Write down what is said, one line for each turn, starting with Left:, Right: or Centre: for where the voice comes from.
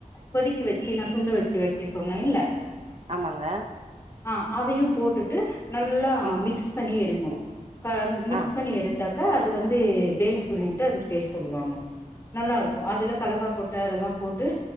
Left: கொதிக்க வச்சு நா சுண்ட வச்சு வெக்க சொன்னேல்ல
Right: ஆமாங்க
Left: ஆ அதையு போட்டுட்டு நல்லா
Right: ம்
Left: மிக்ஸ் பண்ணி எடுங்கோ க
Right: ஆ
Left: மிக்ஸ் பண்ணி எடு த்தாக்கா அது வந்து பேல்பூரின்னு அது பேர் சொல்லுவாங்க. நல்லா இருக்கும் அதுல கல்லக்காகொட்ட அதெல்லா போட்டு